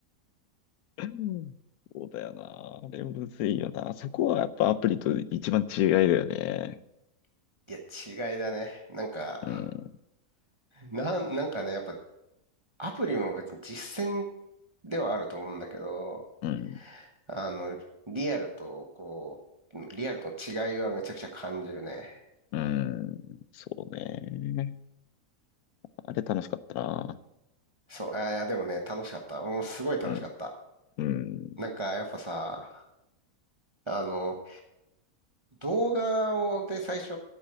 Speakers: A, on the left; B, on the right.
A: うんそうだよな。あれむずいよな。そこはやっぱアプリと一番違いだよね。
B: <laughs> いや、違いだね。なんか、
A: うん、
B: なん、なんかね、やっぱ、アプリも別に実践ではあると思うんだけど、
A: うん、
B: あの、リアルと、こう、リアルとの違いはめちゃくちゃ感じるね。
A: うん。そうね。あれ楽しかったな。
B: そう、あいや、でもね、楽しかった。もうすごい楽しかった。
A: うん、うん、
B: なんか、やっぱさ、あの、動画をで最初、